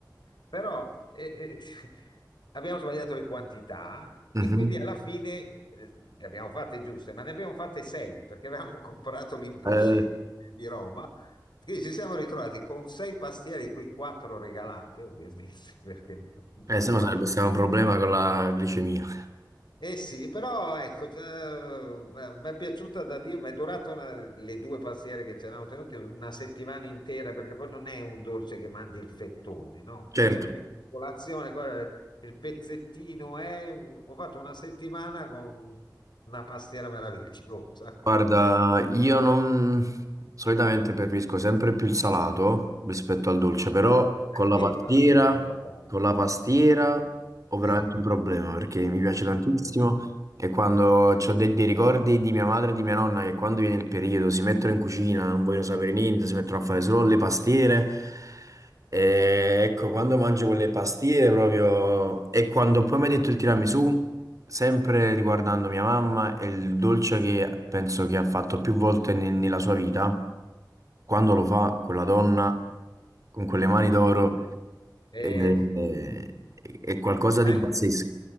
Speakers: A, on the left; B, on the right.
A: Però eh, eh, <laughs> abbiamo sbagliato le quantità
B: Mhm.
A: e quindi alla fine eh, le abbiamo fatte giuste, ma ne abbiamo fatte sei perché avevamo <laughs> comprato l'impossibile
B: Eh,
A: di Roma quindi ci siamo ritrovati con sei pastiere, di cui quattro regalate, ovviamente, <laughs> perché non potevamo.
B: eh, se no sarebbe stato un problema con la glicemia.
A: Eh sì, però ecco, eh, mi è piaciuta da Dio, mi è durato una- le due pastiere che ci eravamo tenuti una settimana intera, perché poi non è un dolce che mangi il fettone, no? Quindi
B: Certo,
A: ogni colazione, cosa- il pezzettino è... Ho fatto una settimana con una pastiera meravigliosa. che-
B: guarda, io non solitamente preferisco sempre più il salato rispetto al dolce, però
A: Anch'io,
B: con la pastiera,
A: infatti, non mi ricordavo.
B: con la pastiera ho veramente
A: Eh.
B: un problema perché mi piace tantissimo e quando ho dei, dei ricordi di mia madre e di mia nonna che quando viene il periodo si mettono in cucina, non vogliono sapere niente, si mettono a fare solo
A: <laughs>
B: le pastiere. E ecco, quando mangio quelle pastiere proprio... E quando poi mi hai detto il tiramisù, sempre riguardando mia mamma, è il dolce che penso che ha fatto più volte ne- nella sua vita. Quando lo fa quella donna, con quelle mani d'oro,
A: Ovvio. Eh
B: è,
A: sì,
B: è-
A: sì, sì.
B: è qualcosa
A: Ma
B: di pazzesco.